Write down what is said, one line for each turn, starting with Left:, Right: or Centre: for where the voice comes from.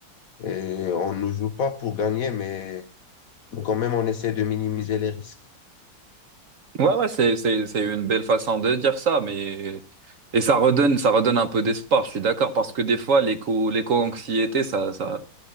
Left: Et on ne joue pas pour gagner, mais quand même, on essaie de minimiser les risques.
Right: Ouais, ouais, c'est, c'est, c'est une belle façon de dire ça, mais, et ça redonne, ça redonne un peu d'espoir, je suis d'accord, parce que des fois, l'éco, l'éco-anxiété, ça, ça,